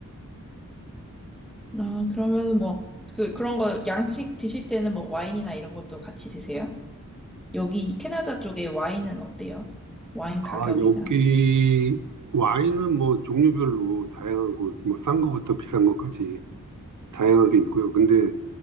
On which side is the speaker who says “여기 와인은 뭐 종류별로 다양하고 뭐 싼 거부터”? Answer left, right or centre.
Right